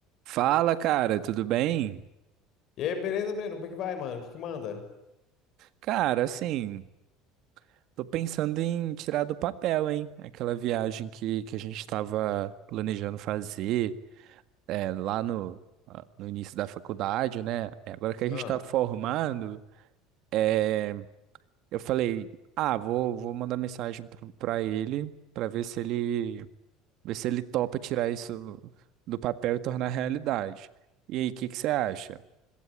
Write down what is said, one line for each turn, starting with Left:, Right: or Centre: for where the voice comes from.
Right: Fala, cara, tudo bem?
Left: E aí, beleza, Breno? Como é que vai, mano? O que que manda?
Right: Cara, assim, tô pensando em tirar do papel, hein? Aquela viagem que, que a gente tava planejando fazer é, lá no, ah, no início da faculdade, né? É, agora que a
Left: Ah,
Right: gente tá formando, é, eu falei, ah, vou, vou mandar mensagem pro- pra ele pra ver se ele ver se ele topa tirar isso do papel e tornar realidade. E aí, o que que você acha?